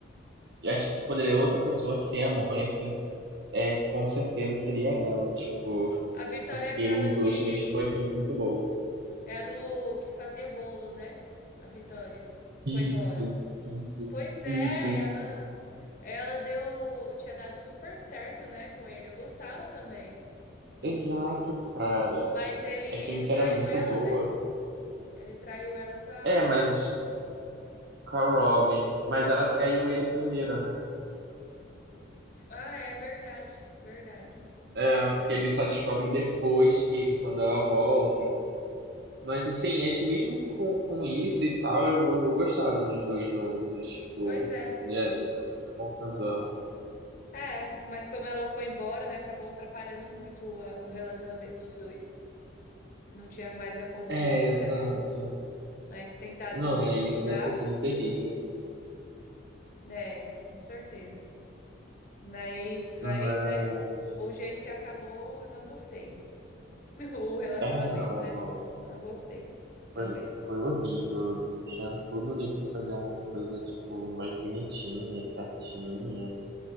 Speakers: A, on the right; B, on the left.
A: eu acho que se poderia outra pessoa ser a mãe, assim, é, com certeza seria ela, tipo,
B: A Vitória
A: porque
B: é aquela
A: os
B: que
A: dois também tinham uma química muito boa.
B: é a do que fazia bolo, né? A Vitória, que foi embora.
A: Isso,
B: Pois é,
A: isso, isso,
B: ela
A: isso.
B: ela deu, tinha dado super certo, né, com ele. Eu gostava também dos
A: Exato,
B: dois.
A: cara.
B: Mas ele ele
A: A química
B: traiu
A: era muito
B: ela,
A: boa.
B: né? Ele traiu ela com a
A: É, mas com a Robin. Mas
B: isso.
A: ela traiu ele primeiro, né?
B: Ah, é verdade. Verdade. Não
A: É,
B: tinha lembrado
A: porque ele
B: dele.
A: só descobre depois que quando ela volta. e- Mas assim, acho que mesmo com, com isso e tal, eu, eu, eu gostava dos dois juntos. Tipo,
B: Pois é.
A: ele era ele era um bom casal.
B: É, mas como ela foi embora, né, acabou atrapalhando muito o, a- o relacionamento dos dois. Não tinha mais a convivência,
A: É, exato.
B: né? Mas tentaram
A: Não,
B: do jeito
A: é isso,
B: que dá,
A: deve ter sido terrível.
B: né? Com certeza. Mas, mas
A: Mas,
B: é, o jeito que acabou, eu não gostei. <laughs> O relacionamento,
A: é, não,
B: né?
A: não.
B: Não gostei
A: Foi,
B: também.
A: foi horrível. Tinha tudo ali pra fazer uma coisa, tipo, mais bonitinha, certinha.